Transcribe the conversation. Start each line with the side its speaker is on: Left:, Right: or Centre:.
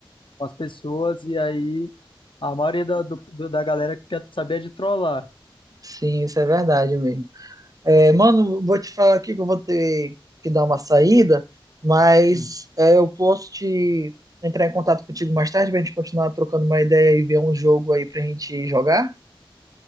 Left: com as pessoas e aí a maioria da, do- do- da galera quer saber de trollar.
Right: sim, isso é verdade mesmo. É, mano, vou te falar aqui que eu vou ter que dar uma saída, mas
Left: Hum.
Right: é, eu posso te entrar em contato contigo mais tarde pra gente continuar trocando uma ideia e ver um jogo aí pra gente jogar?